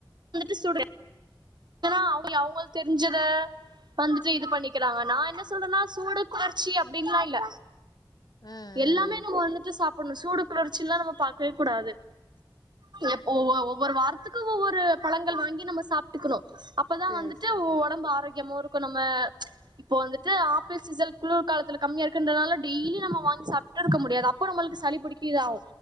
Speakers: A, on the right; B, on the left.
A: வந்துட்டு சுடு ஏனா அவுங்க அவுங்கள் தெரிஞ்சத வந்துட்டு இது பண்ணிக்கிறாங்க நா என்ன சொல்றேனா சூடு குளிர்ச்சி அப்டின்லா இல்ல
B: ம் ம்
A: எல்லாமே நாம வந்துட்டு சாப்புட்னு சூடு குளர்ச்சில்லா நம்ம பாக் வே கூடாது எப் ஒவ்வொ ஒவ்வொரு வாரத்துக்கு ஒவ்வொரு பழங்கள் வாங்கி நாம சாப் டுக்குனு அப்பதா
B: செரி
A: வந்துட்டு
B: செரி
A: உ ஒடம்பு ஆரோக்கியமு இருக் கு நாம இப்போ வந்துட்டு ஆப்பிள் சீசன் குளிர் காலத்தில கம்மியா இருக்குன்றனால டெய்லி நாம வாங்கி சாப்பிட்டுட்டு இருக்க முடியாது அப்போ நம்மளுக்கு சளி புடிக்க இதாவு